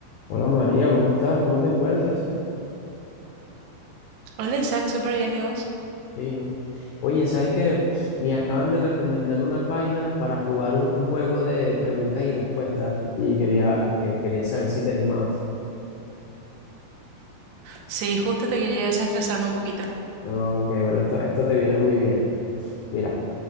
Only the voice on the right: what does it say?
Hola Isaac, súper bien, ¿y vos?
Sí, justo te quería desestresarme un poquito. <laughs>